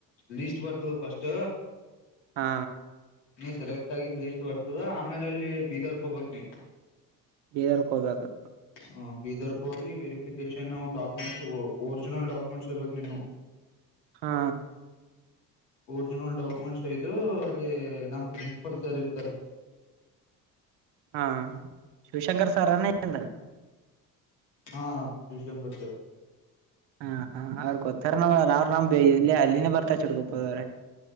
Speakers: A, on the left; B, on the right.
A: ಲೀಸ್ಟ್ ಬರ್ತದ ಫಸ್ಟ್
B: ಹಾ
A: ನೀ ಸೆಲೆಕ್ಟ್ ಆಗಿದ್ ಲೀಸ್ಟ್ ಬರ್ತದ ಆಮೇಲ ಅಲ್ಲಿ ಬೀದರ್ಕ್ ಹೋಗಬೇಕ್ ನೀ
B: ಬೀದರಕ್ ಹೋಗಬೇಕ
A: ಹ್ಮ್ ಬೀದರ್ಕ್ ಹೋಗಿ ವೆರಿಫಿಕೇಶನ್ವು ಡಾಕ್ಯುಮೆಂಟ್ಸ್ ಒರಿಜಿನಲ್ ಡಾಕ್ಯುಮೆಂಟ್ಸ್ ವೈಬೇಕ ನೀನುವ <inaudible>
B: ಹಾ
A: ಒರಿಜಿನಲ್ ಡಾಕ್ಯುಮೆಂಟ್ಸ್ ಒಯದು ಅಲ್ಲಿ ನಮ್ ಪ್ರಿನ್ಸಿಪಲ್ ಸರ್ ಇರ್ತಾರೆ
B: ಹಾ ಶಿವಶಂಕರ್ ಸಾರನ್ ನಿಂದ
A: ಹಾ ಶಿವಶಂಕರ್ ಸರ್
B: ಹಾ ಹಾ ಅವ್ರ್ ಗೊತ್ತಾರ ನನಗದ ಅವ್ರ್ ನಮ್ ಇಲ್ಲಿ ಅಲ್ಲಿನೇ ಬರ್ತ ಶೀರಗೂಪ್ಪದವ್ರೆ